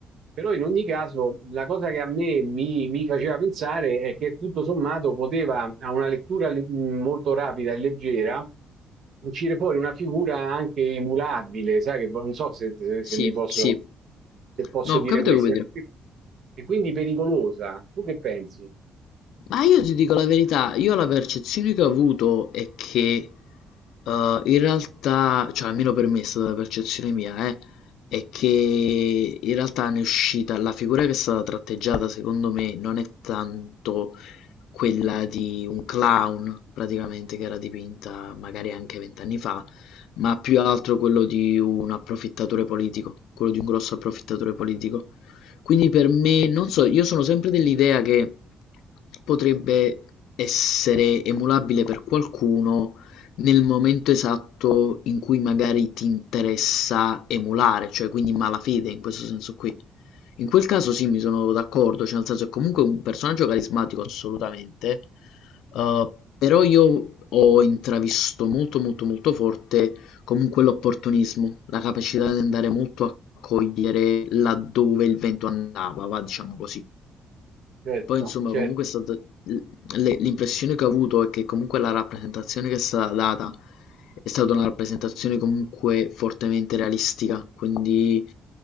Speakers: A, on the right (about 65°); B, on the left (about 85°).
A: Però in ogni caso la cosa che a me mi, mi faceva pensare è che tutto sommato poteva, a una lettura le- molto rapida e leggera, uscire fuori una figura anche emulabile, sai che non so se, se-
B: sì,
A: se mi posso,
B: sì.
A: se posso
B: No, ho
A: dire
B: capito
A: questo,
B: che vuoi dire.
A: e quindi pericolosa. Tu che pensi?
B: Ma io ti dico la verità, io la percezione che ho avuto è che eh, in realtà, cioè almeno per me è stata la percezione mia, eh, è che in realtà ne è uscita, la figura che è stata tratteggiata secondo me non è tanto quella di un clown praticamente che era dipinta magari anche vent'anni fa, ma più altro quello di un approfittatore politico, quello di un grosso approfittatore politico. Quindi per me, non so, io sono sempre dell'idea che potrebbe essere emulabile per qualcuno nel momento esatto in cui magari ti interessa emulare, cioè quindi malafede in questo senso qui. In quel caso sì, mi sono d'accordo, cioè nel senso è comunque un personaggio carismatico assolutamente, eh, però io ho intravisto molto molto molto forte Comunque l'opportunismo, la capacità di andare molto a cogliere laddove il vento andava, va diciamo così.
A: Certo,
B: Poi insomma
A: certo.
B: comunque è stata l- le- l'impressione che ho avuto è che comunque la rappresentazione che è stata data è stata una rappresentazione comunque fortemente realistica, quindi